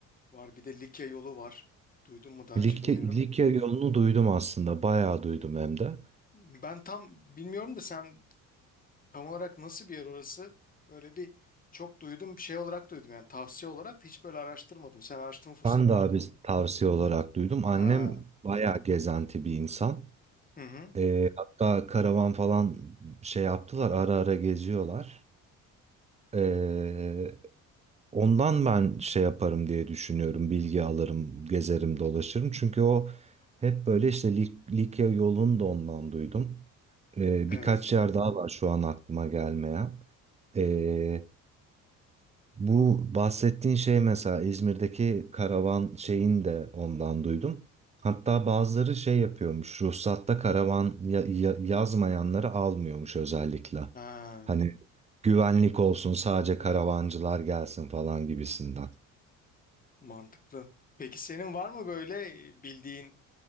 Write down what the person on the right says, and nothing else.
Likya,
Likya yolunu duydum aslında, bayağı duydum hem de.
Ben de
abi
tavsiye olarak duydum. Annem
bayağı gezenti bir insan.
Ee, hatta karavan falan şey yaptılar, ara ara geziyorlar. Ee, Ondan ben şey yaparım diye düşünüyorum. Bilgi alırım, gezerim, dolaşırım. Çünkü o hep böyle işte Lik- Likya yolunu da ondan duydum. Ee,
birkaç yer daha var şu an aklıma gelmeyen. Ee, bu bahsettiğin şey mesela İzmir'deki karavan şeyini de ondan duydum. Hatta bazıları şey yapıyormuş. Ruhsatta karavan ya- ya- yazmayanları almıyormuş özellikle.
Hani güvenlik olsun sadece karavancılar gelsin falan gibisinden.